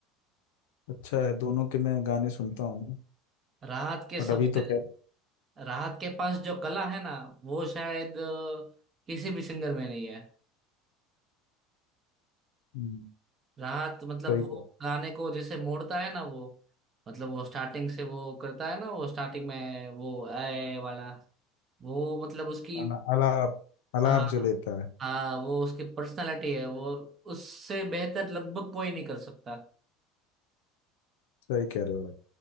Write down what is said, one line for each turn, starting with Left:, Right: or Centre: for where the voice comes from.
Left: अच्छा है दोनों के मैं गाने सुनता हूँ
Right: राहत के
Left: बट
Right: सबसे
Left: अभी तो क्या
Right: राहत के पास जो कला है ना वो शायद अ, किसी भी सिंगर में नहीं है
Left: हम्म,
Right: राहत मतलब
Left: सही
Right: वो
Left: कह
Right: गाने को जैसे मोड़ता है ना वो मतलब वो स्टार्टिंग से वो करता है ना वो स्टार्टिंग में वो आए वाला वो मतलब उसकी
Left: अला- अलाप अलाप
Right: हाँ
Left: जो लेता है
Right: हाँ वो उसकी पर्सनालिटी है वो उससे बेहतर लगभग कोई नहीं कर सकता
Left: सही कह रहे हो आप